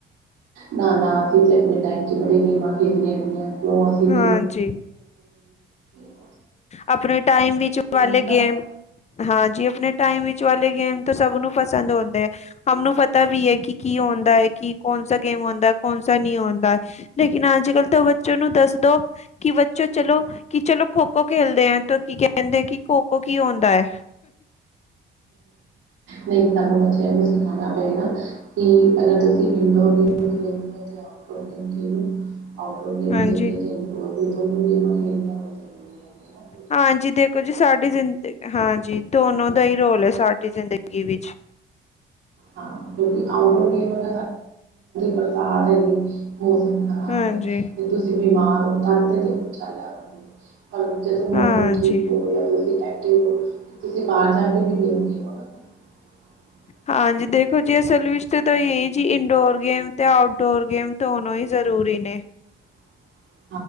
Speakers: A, on the right (about 80°); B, on the left (about 35°).
A: ਨਾ ਨਾ ਅਸੀਂ ਤੇ ਆਪਣੇ ਟੈਮ 'ਚ ਬੜੀਆਂ ਗੇਮਾਂ ਖੇਡੀਆਂ ਹੈਗੀਆਂ। ਉਸੀਪ
B: ਹਾਂਜੀ
A: <unintelligible>
B: ਆਪਣੇ ਟਾਈਮ ਵਿੱਚ ਵਾਲੇ
A: ਸੀ ਨਾ
B: ਗੇ਼ਮ ਹਾਂਜੀ ਆਪਣੇ ਟਾਈਮ ਵਿੱਚ ਵਾਲੇ ਗੇ਼ਮ ਤੋ ਸਭ ਨੂੰ ਪਸੰਦ ਹੁੰਦੇ ਐ। ਹਮਨੂੰ ਪਤਾ ਵੀ ਐ ਕਿ ਕੀ ਆਉਂਦਾ ਹੈ ਕਿ ਕੌਣਸਾ ਗੇ਼ਮ ਆਉਂਦਾ ਹੈ ਕੌਣਸ ਨਈਂ ਆਉਂਦਾ। ਲੇਕਿਨ ਅੱਜ-ਕੱਲ ਤੋ ਬੱਚੋ ਨੂੰ ਦੱਸ ਦੋ ਕਿ ਬੱਚੋ ਚਲੋ ਕਿ ਚਲੋ ਖੋ-ਖੋ ਖੇਲਦੇ ਐਂ ਤੇ ਕੀ ਕਹਿੰਦੇ ਕਿ ਖੋ-ਖੋ ਕੀ ਹੁੰਂਦਾ ਐ।
A: ਨਹੀਂ ਸਾਨੂੰ ਬੱਚਿਆਂ ਨੂੰ ਸਿਖਾਉਣਾ ਪਏਗਾ। ਕਿ ਅਗਰ ਤੁਸੀਂ ਇੰਡੋਰੇ ਖੇਲਦੇ ਓ ਤੇ ਆਊਟਡੋਰ ਗੇਮ ਖੇਲੋ। ਰ ਗੇਮ
B: ਹਾਂਜੀ
A: ਖੇਲਣੀਆਂ ਇੰਡੋਰ ਵੀ ਦੋੋ ਗੇਮਾਂ ਖੇਣੀਆਂ ਬ <unintelligible>
B: ਹਾਂਜੀ, ਦੇਖੋ ਜੀ ਸਾਡੀ ਜ਼ਿੰਦ ਹਾਂਜੀ, ਦੋਨੋ ਦਾ ਈ ਰੋਲ ਐ ਸਾਡੀ ਜ਼ਿੰਦਗੀ ਵਿੱਚ।
A: ਹਾਂ ਕਿਉਂਕਿ ਆਊਟਡੋਰ ਗੇਮ ਵਗ ਪ੍ਰਸਾਦ ਹੈ <unintelligible> ਮੌਸਮ ਖ਼ਰਾਬ
B: ਹਾਂਜੀ
A: ਐ ਅੱਜ ਜੇ ਤੁਸੀਂ ਬਿਮਾਰ ਓ ਤਰ <unintelligible> ਛੱਲ ਜਾ ਸਕਦੇ। ਪਰ ਜਦੋਂ ਮੌਸਮ
B: ਹਾਂਜੀ
A: ਠੀਕ ਹੋਵੇ ਜਾਂ ਤੁਸੀਂ ਐਕਟਿਵ ਹੋ ਤੁਸੀਂ ਬਾਰ ਜਾ ਕੇ ਵੀ ਦੇਖਦੇ ਹੋ ਨਾ? <inaudible>
B: ਹਾਂਜੀ ਦੇਖੋ ਜੀ ਅਸਲ ਵਿੱਚ ਤਾਂ ਤਾਂ ਇਈ ਜੀ ਇਨਡੋਰ ਗੇਮ ਤੇ ਆਊਟਡੋਰ ਗੇਮ। ਦੋਨੋ ਈ ਜ਼ਰੂਰੀ ਨੇ।
A: <inaudible>